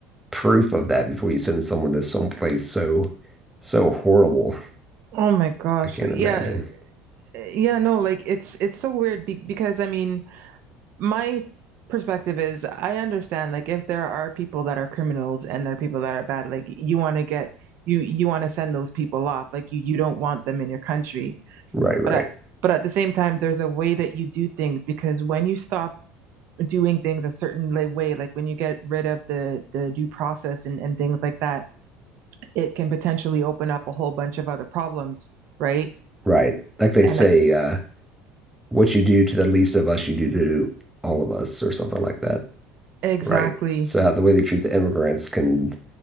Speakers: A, in the centre; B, on the right.
A: proof of that before you send someone to some place so so horrible.
B: Oh my gosh.
A: I can't
B: Yeah.
A: imagine.
B: Yeah, no, like it's it's so weird be because I mean, my perspective is I understand like if there are people that are criminals and there are people that are bad, like you want to get you you want to send those people off. Like you you don't want them in your country.
A: Right, right,
B: But at but at the same time, there's a way that you do things because when you stop doing things a certain la- way, like when you get rid of the the due process and and things like that, it can potentially open up a whole bunch of other problems, right?
A: right. Like they
B: And
A: say, uh, what you do to the least of us, you do to all of us, or something like that.
B: Exactly.
A: Right. So the way they treat the immigrants can